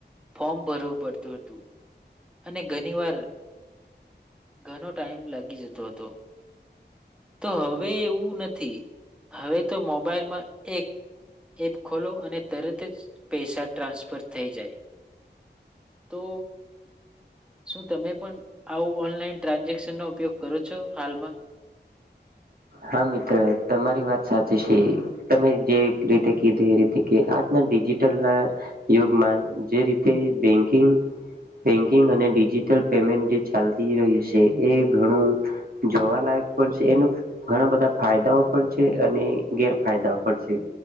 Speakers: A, in the centre; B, on the right.
A: ફોર્મ ભરવું પડતું દોટું. અને ઘણી વાર ઘણો ટાઈમ લાગી જતો હતો તો હવે એવું નથી હવે તો મોબાઈલમાં એક એપ ખોલો અને તરત જ પૈસા ટ્રાન્સફર થઈ જાય તો શું તમે પણ આવું ઓનલાઈન ટ્રાન્ઝેક્શનનો ઉપયોગ કરો છો હાલમાં?
B: હા મિત્ર તમારી વાત સાચી છે તમે જે રીતે કીધું એ રીતે કે આજના ડિજિટલ ના યુગમાં જે રીતે બેકિંગ બેન્કિંગ અને ડિજિટલ પેમેન્ટ જે ચાલતી રહ્યું છે એ ઘણું જોવાલાયક પણ છે એનું ઘણા બધા ફાયદાઓ પણ છે અને ગેરફાયદાઓ પણ છે